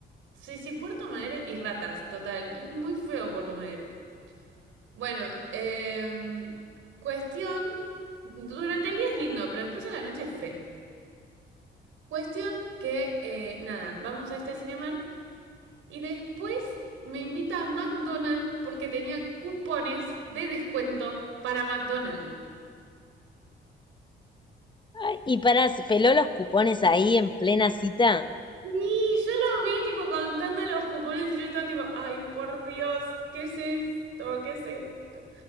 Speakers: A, on the right; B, on the left.
A: Sí, sí, Puerto Madero y ratas, total. Es muy feo Puerto Madero. Bueno, em, cuestión. Durante el día es lindo, pero después a la noche es feo. Cuestión que, eh, nada, vamos a este Cinemark y después me invita a McDonald's porque tenía cupones de descuento para McDonald's.
B: Ay, y para, peló los cupones ahí en plena cita.
A: Sí, yo lo vi tipo contando los cupones y yo estaba tipo, ay, por Dios, ¿qué es esto? ¿Qué es esto?